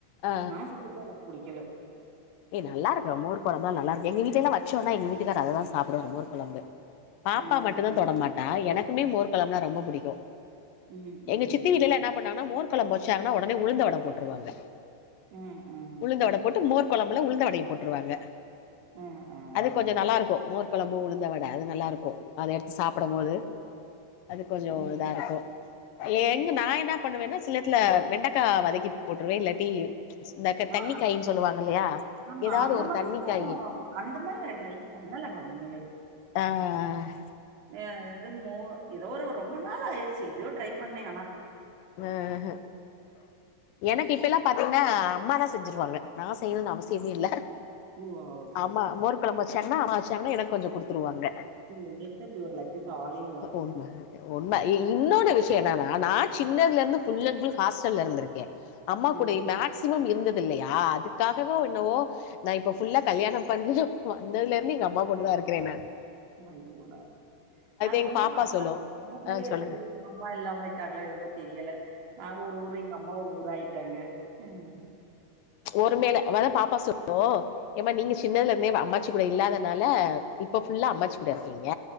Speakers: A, on the left; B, on the right.
A: ஆ
B: நா செஞ்சது எனக்கு புடிக்கல
A: ஏ நல்லா இருக்கு மோர் கொழம்புலா எ நல்லா இருக்கு எங்க வீட்ல எல்லா வச்சோன்னா எங்க வீட்டுக்கார் அததா சாப்புடுவார் மோர் கொழம்பு பாப்பா
B: அ. ம்.
A: மட்டுந்தா தொடமாட்டா எனக்குமே மோர்க் கொழம்புல்லா ரொம்ப புடிக்கு
B: ம். ம்.
A: எங்க சித்தி வீட்லெல்லா என்ன பண்ணாங்கன்னா மோர்க்குழம்பு வச்சாங்கன்னா ஒடனே உளுந்த வட போட்ருவாங்க
B: ம் ம்
A: உளுந்தவட போட்டு மோர் கொழம்புல உளுந்தவடைய போட்ருவாங்க
B: ம்.
A: அது
B: ம்.
A: கொஞ்சோ நல்லா இருக்கு மோர் கொழம்பு உளுந்த வட அது நல்லா இருக்கு அத எடுத்து சாப்புடும் போது அது கொஞ்சோ
B: ம்.
A: இதாருக்கு எங்க நா என்ன பண்ணுவேன்னா சிலத்துல வெண்டக்கா வதக்கி போட்ருவே இல்லாட்டி இந்தக்க
B: ஆ
A: தண்ணிக்காய்ன்னு சொல்லுவாங்க இல்லையா
B: ஆமா
A: ஏதாவது
B: அந்த
A: ஒரு
B: மாதிரியு
A: தண்ணி காயி
B: அந்த மாரி வேற ட்ரை பண்ணலங்க உண்மையிலே
A: அ அ அ
B: யா எது மோ எதோ ஒரு ரொம்ப நாள் ஆயிடுச்சு எப்டியோ ட்ரை பண்ணே ஆனா
A: அ ஹ எனக்கு இப்ப எல்லா பாத்தீங்கன்னா அம்மாதா செஞ்சிருவாங்க நா செய்யணும்னு அவசியமே இல்ல
B: ஓ! ஓகே,
A: ஆமா
B: ஓகே.
A: மோர் குழம்பு வச்சாங்கன்னா அம்மா வச்சாங்கன்னா எனக்கு கொஞ்சோ குடுத்துருவாங்க
B: இந்த நேரத்துல இப்படி ஒரு லக்கு காலையில
A: உண்ம உண்ம இப் இன்னோட விஷ்யோ என்னன்னா நா சின்னதுல இருந்து புல் அல் ஃபுல் ஹாஸ்டல்ல இருந்து இருக்கே அம்மா
B: ம்.
A: கூடையே நாட் சிமம் இருந்தது இல்லையா அதுக்காகவோ என்னவோ நா இப்போ புஃல்லா கல்யாணோ பண்ணி வந்ததுல இருந்து எங்க அம்மா கூடதா இருக்கே நான்
B: ஐயோடா நாங்க
A: எங்க
B: வந்து
A: பாப்பா
B: அப்பா
A: சொல்லு
B: அம்மாகூடவே
A: ஆ
B: இருந்துட்டு
A: சொல்லுங்க
B: அம்மா இல்லாம போயிட்டாங்களே என்னம்மோ தெரியல நாங்க ஒரு ஊரு எங்க அம்மா ஒரு ஊர் ஆயிட்டாங்க ம்.
A: ஒரு மேல அப்போ தா பாப்பா சொல்லும் ஏமா நீங்க சின்னதுல இருந்தே அம்மாச்சு கூட இல்லாதனால இப்ப புல்லா அம்மாச்சி கூட இருக்கீங்க